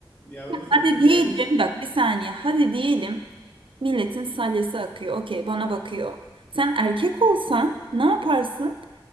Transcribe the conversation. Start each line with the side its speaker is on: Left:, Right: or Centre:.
Left: Yavrum senin
Right: Hadi
Left: güzelliğin
Right: diyelim bak bir saniye. Hadi diyelim milletin salyası akıyor. Okey bana bakıyor. Sen erkek olsan ne yaparsın?